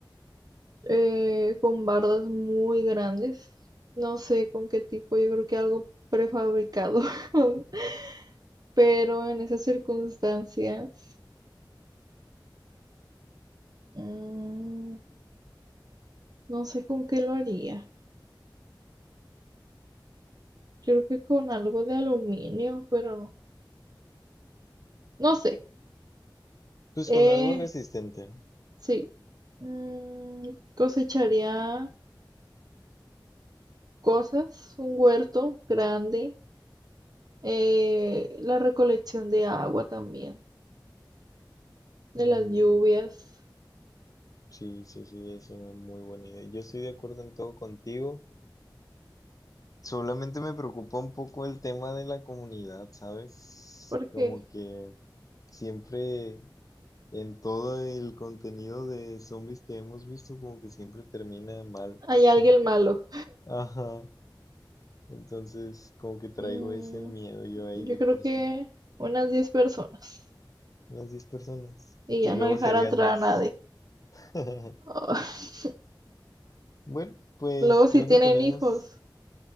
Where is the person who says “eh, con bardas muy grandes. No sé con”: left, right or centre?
Right